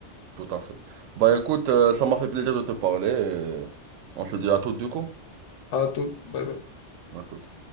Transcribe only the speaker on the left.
À toutes. Bye bye.